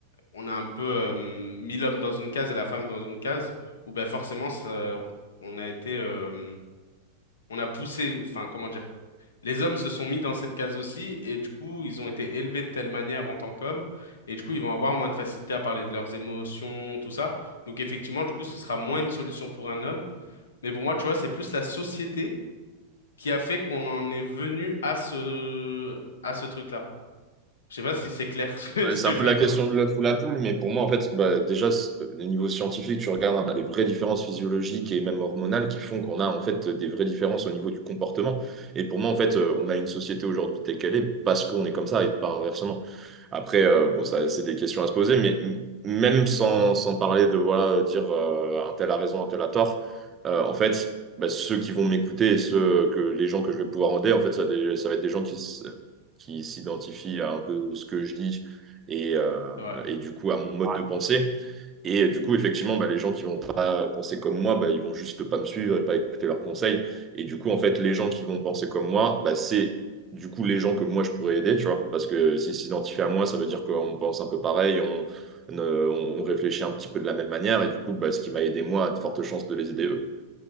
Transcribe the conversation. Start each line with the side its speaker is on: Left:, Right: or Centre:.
Left: on a un peu euh, mis l'homme dans une case et la femme dans une case, où ben forcément, ça, on a été, euh, on a poussé, enfin, comment dire les hommes se sont mis dans cette case aussi, et du coup, ils ont été élevés de telle manière en tant qu'hommes, et du coup, ils vont avoir moins de facilité à parler de leurs émotions, tout ça. Donc, effectivement, du coup, ce sera moins une solution pour un homme. Mais pour moi, tu vois, c'est plus la société qui a fait qu'on en est venu à ce, à ce truc-là. Je sais pas si c'est clair <laughs> ce
Right: Ouais,
Left: ce
Right: c'est
Left: que
Right: un
Left: je
Right: peu la
Left: raconte.
Right: question de l'œuf ou la poule, mais pour moi en fait, bah, déjà c'est- au niveau scientifique, tu regardes hein, t'as des vraies différences physiologiques et même hormonales qui font qu'on a en fait des vraies différences au niveau du comportement. Et pour moi en fait, euh, on a une société aujourd'hui telle qu'elle est parce qu'on est comme ça et pas inversement. Après, euh, bon, ça, c'est des questions à se poser, mais m- même sans, sans parler de voilà, euh, dire euh, un tel a raison, un tel a tort, euh, en fait, bah, ceux qui vont m'écouter et ceux que les gens que je vais pouvoir aider, en fait, ça, des- ça va être des gens qui, s- qui s'identifient à un peu ce que je dis et, euh,
Left: Ouais.
Right: et du coup à mon mode Ouais. de pensée. Et euh, du coup, effectivement, bah, les gens qui vont pas penser comme moi, bah, ils vont juste pas me suivre et pas écouter leurs conseils. Et du coup, en fait, les gens qui vont penser comme moi, bah, c'est du coup les gens que moi je pourrais aider, tu vois. Parce que s'ils s'identifient à moi, ça veut dire qu'on pense un peu pareil, on, on euh, on réfléchit un petit peu de la même manière, et du coup, bah, ce qui m'a aidé moi a de fortes chances de les aider eux.